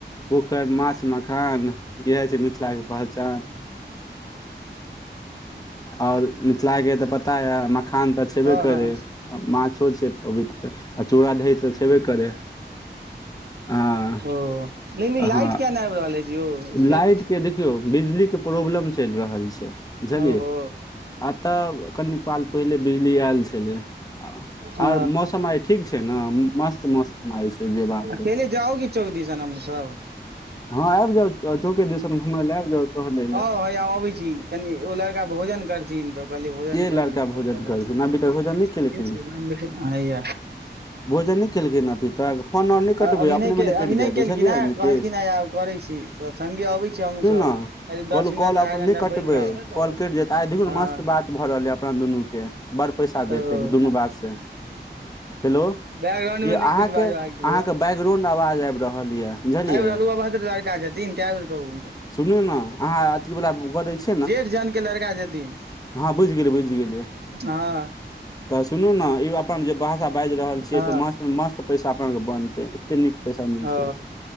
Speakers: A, on the left; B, on the right.
A: पोखरि माछ मखान खान इएह छै मिथिलाके पहचान आओर मिथिला के तऽ पता है मखान तऽ छेबे
B: हँ
A: करे
B: हँ
A: माछ से पवित्र आ चूड़ा दही तऽ छेबे करै हँ
B: ओ लेकिन ई लाइट
A: हँ
B: किया नहि आबि रहल अछि यौ
A: लाइट
B: से
A: के देखियौ बिजली के प्रॉब्लम चलि रहल छै बुझलिय
B: ओहो
A: अतऽ कनिक काल पहले बिजली आयल छलै आ
B: अ
A: और मौसम आइ ठीक छै ने मस्त मौसम आइ छै जे बात छै
B: अकेले चौक दिसन हमू सब आउ
A: हँ आबि जाउ चौके दिसन घुमय लए आबि जाउ टहलै लए
B: हँ हइया अबै छी कनि ओ लड़का भोजन करथिन तऽ कहलिए भोजन
A: के लड़का
B: कलियऽ तब
A: भोजन
B: चलब
A: करथिन अभी तक भोजन नहि
B: के
A: केलखिन
B: छै नाम देखया हया
A: भोजन नहि केलखिन अभी तक फोन ओन नहि कटबै
B: अभी
A: अपने
B: नहि
A: मने
B: अभी
A: कटि
B: नहि
A: जायत
B: केलखिन
A: बुझलियै
B: हे
A: नीतेश
B: कहलखिन हे आब करै छी तऽ सङ्गे अबै छी हमहुूँ सब
A: ने
B: करीब
A: कहलू
B: दस मिनट
A: कॉल अपन
B: आधा
A: नहि
B: घण्टा
A: कटबै
B: बैठब
A: कॉल कटि जत आइ देखियौ
B: हँ
A: ने मस्त बात भ रहल ये अपना दुनू के बड़ पैसा देते
B: ओ ओ
A: दुनू बात से हेलो
B: बैकग्राउंड
A: ई
B: मे
A: अहाँके
B: नहि कुछ बाजबाक छै
A: अहाँके
B: बौआ
A: बैकग्राउंड आवाज आबि रहल यए बुझलिए
B: आबि रहल अभद्र लड़का छथिन कए बेर कहू हुनका
A: सुनू नऽ अहां अथी वला करय छिय
B: जेठ जन के लड़का छथिन
A: हँ बुझि गेलियै बुझि गेलियै
B: हँ
A: तऽ सुनू ने ई आब अपन जे भाषा बाजि रहल छियै
B: हँ
A: तऽ मस्त मस्त पैसा अपनासब के बनतै एते नीक पैसा मिलतै
B: ओ